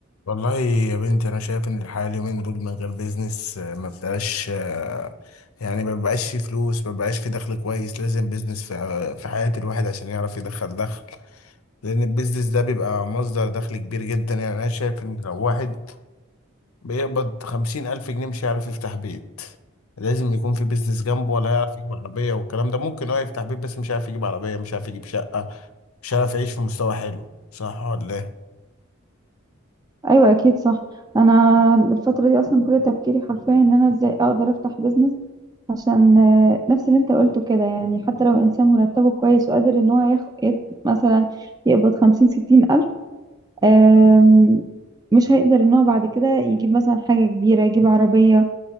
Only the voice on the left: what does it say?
والله يا بنتي انا شايف ان الحياه اليومين دول من غير بيزنس آه، ما بتبقاش آه، يعني ما بيبقاش في فلوس ما بيبقاش في دخل كويس لازم بيزنس في آه، في حياه الواحد عشان يعرف يدخل دخل لان البيزنس ده بيبقى مصدر دخل كبير جدا يعني انا شايف ان لو واحد بيقبض خمسين الف جنيه مش هيعرف يفتح بيت لازم يكون في بيزنس جنبه ولا هيعرف يجيب عربيه والكلام ده ممكن هو يفتح بيت بس مش هيعرف يجيب عربيه مش هيعرف يجيب شقه مش هيعرف يعيش في مستوى حلو صح ولا إيه؟